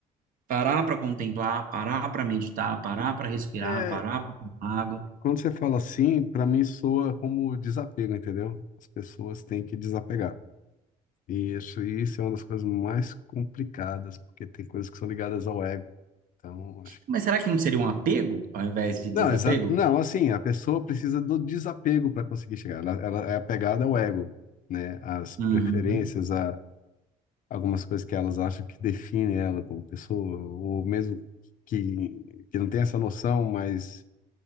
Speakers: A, on the right; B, on the left.
A: parar para contemplar, parar para meditar, parar para respirar,
B: É,
A: parar para tomar água.
B: quando você fala assim, para mim soa como desapego, entendeu? As pessoas têm que desapegar. E isso, isso é uma das coisas mais complicadas, porque tem coisas que são ligadas ao ego. Então, acho que...
A: Mas será que não seria um apego ao invés de desapego?
B: Não, exa... não, assim, a pessoa precisa do desapego para conseguir chegar. Ela, ela é apegada ao ego, né? Às preferências,
A: Uhum,
B: a algumas coisas que elas acham que definem ela como pessoa, ou mesmo que, que não tem essa noção, mas